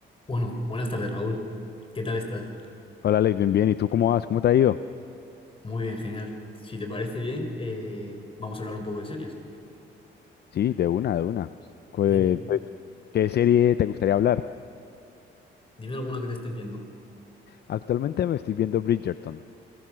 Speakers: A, on the left; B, on the left.
A: Bueno, buenas tardes, Raúl. ¿Qué tal estás?
B: Hola, Alex, bien, bien. ¿Y tú cómo vas? ¿Cómo te ha ido?
A: Muy bien, genial. Si te parece bien, eh, vamos a hablar un poco de series.
B: Sí, de una, de una. Pues,
A: Dime,
B: pues, ¿qué serie te gustaría hablar?
A: dime alguna que te estés viendo.
B: Actualmente me estoy viendo Bridgerton.